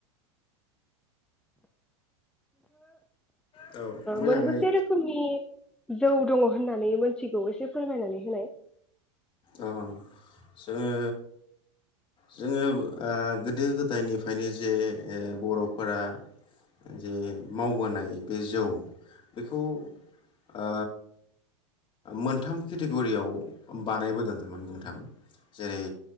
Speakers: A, on the left; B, in the centre.
A: औ मोजाङै
B: मोनबोसे रोखोमनि जौ दङ होननानै मिथिगौ एसे फोरमायनानै होनाय
A: अ जोङो जोङो गोदो गोदायनिफ्रायनो जे बर'फोरा जे मावबोनाय बे जौ बेखौ आ औ मोनथाम केटेगरियाव बानायबोदोंथारमोन नोंथां जेरै